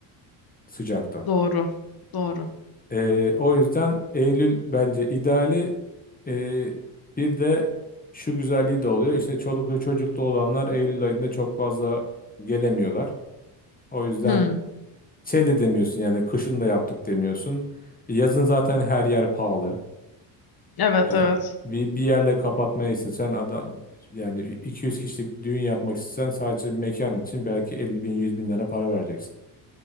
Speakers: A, on the left (about 20°); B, on the left (about 50°).
A: sıcakta.
B: doğru. Doğru.
A: Ee, o yüzden Eylül bence ideali. Ee, bir de şu güzelliği de oluyor. İşte çoluklu çocuklu olanlar Eylül ayında çok fazla gelemiyorlar. O yüzden
B: Hmm,
A: şey de demiyorsun yani kışın da yaptık demiyorsun. Yazın zaten her yer pahalı.
B: evet
A: Yani
B: evet.
A: bir, bir yerle kapatmayı istesen adam yani 200 kişilik düğün yapmak istesen sadece mekan için belki 50 bin 100 bin lira para vereceksin.